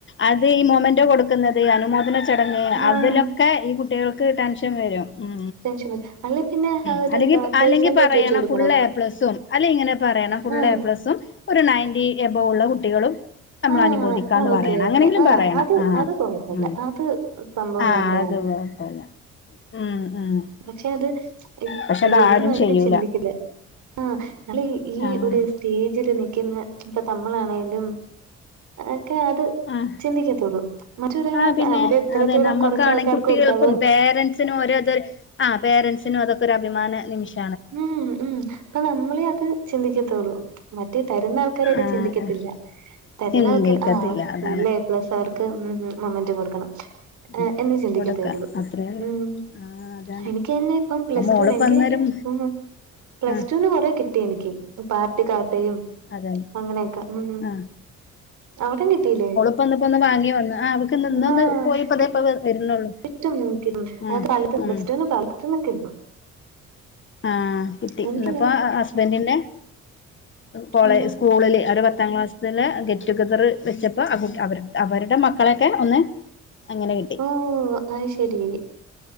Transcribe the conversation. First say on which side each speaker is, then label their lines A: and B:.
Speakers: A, on the left; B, on the right.
A: അത് ഈ മൊമെന്റോ കൊടുക്കുന്നത് അനുമോദന ചടങ്‌
B: ആഹ്
A: അതിലൊക്കെ ഈ കുട്ടികൾക്ക് ടെൻഷൻ വരും ഉം
B: ടെൻഷൻ വരും. അല്ലെ പിന്നെ
A: ഉം
B: അവരെന്താ
A: അല്ലെങ്കി
B: പെർസെന്റേജ്
A: അല്ലെങ്കി പറയണം
B: വെച്ച് കൊടുക്കണം
A: ഫുള്ള് എ പ്ലസ്സും അല്ലെ ഇങ്ങനെ പറയണം ഫുള്ള്
B: ഉം
A: എ പ്ലസും ഒരു നയന്റി എബൗ ഒള്ള കുട്ടികളും നമ്മളനുമോദിക്കാന്ന്
B: ആഹ് ആഹ് ഓക്കെ
A: പറയണം
B: ഓക്കെ
A: അങ്ങനെങ്കിലും
B: ആഹ്
A: പറയണം
B: അത്
A: ആഹ്
B: അത് കൊഴപ്പല്ല
A: ഉം
B: അത് സംഭവം
A: ആഹ്
B: നല്ലയാണ്
A: അത് കൊഴപ്പല്ല ഉം ഉം
B: പക്ഷെ അത്
A: പക്ഷെ
B: ഈ
A: അതാരും
B: ഏഹ് നേരത്തി
A: ചെയ്യൂല
B: ചിന്തിക്കില്ല ആഹ് നല്ല ഈ
A: ആഹ്
B: ഒരു സ്റ്റേജില് നിക്കുന്ന ഇപ്പൊ തമ്മളാണേലും ഒക്കെ അത്
A: ആഹ്
B: ചിന്തിക്കത്തുള്ളൂ മറ്റൊരാള്
A: ആഹ് പിന്നെ
B: അവരെ എത്രത്തോളം
A: അതെ നമ്മക്കാണെ
B: കൊറച്ചാൾക്കാർക്ക്
A: കുട്ടികൾക്കും
B: കൊടുക്കാവോ
A: പേരൻസിനും ഓരോത് ആഹ് പേരൻസിനും അതൊക്കെ ഒരു അഭിമാന നിമിഷം
B: ഉം ഉം അപ്പൊ നമ്മളെ അത് ചിന്തിക്കത്തുള്ളൂ മറ്റേ തരുന്ന ൾക്കാരത്
A: ആഹ്
B: ചിന്തിക്കത്തില്ല തരുന്ന
A: ചിന്തിക്കത്തില്ല
B: ആൾക്കാര് ആഹ്
A: അതാണ്
B: ഫുൾ എ പ്ലസ് കാർക്ക് ഉം ഉം മൊമ്മന്റം കൊടുക്കണം
A: ഉം
B: ഏഹ് എന്നേ ചിന്തിക്കത്തുള്ളൂ
A: കൊടുക്ക അത്രേള്ളൂ
B: ഉം
A: ആഹ് അതാണ്
B: എനിക്ക് തന്നെ ഇപ്പം പ്ലസ്
A: മോളിപ്പന്നേരം
B: ടു എന്ക്ക് ഉം പ്ലസ്ടൂന്
A: ആഹ്
B: കൊറെ കിട്ടി എനിക്ക് പാർട്ടികാർഡേയും
A: അതന്നെ
B: അങ്ങനെയൊക്കെ ഉം
A: ആഹ്
B: അവിടെം കിട്ടീല്ലേ
A: പ്പോന്ന് പ്പോന്ന് വാങ്ങി വന്ന് ആഹ് ഇന്നൊന്ന്
B: ആഹ്
A: പോയിപ്പതേപ്പ
B: കി
A: വരുന്നുള്ളൂ
B: കിട്ടും
A: ഉം ഉം
B: കാലത്ത് പ്ലസ്
A: ഉം
B: ടു ന് പല ത്തുന്നും കിട്ടും
A: ആഹ് കിട്ടി
B: എനിക്കിങ്ങനെ
A: ഇന്നിപ്പോ ഹസ്ബന്റിന്റെ കോളേ
B: ഉം
A: സ്കൂളില് അവരെ പത്താം ക്ലാസ്സിത്തല് ഗെറ്റ് ടുഗെതർ വെച്ചപ്പോ അവ അവരുടെ മക്കളെയൊക്കെ ഒന്ന് അങ്ങനെ കിട്ടി
B: ഓഹ് അയ്ശരി